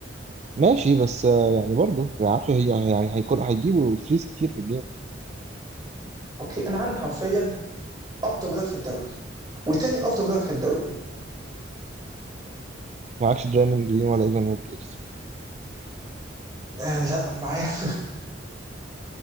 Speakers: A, on the right; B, on the right.
A: ماشي بس آه يعني برضه بيعرفوا هي- يعني هيكون هيجيبوا ثريز كتير في الجيم
B: اوكي انا عندي حرفيا افضل مدافع في الدوري وتاني افضل مدافع في الدوري
A: معكش درايموند جرين ولا ايفان موبلي لسه
B: آه لا معايا <laughs>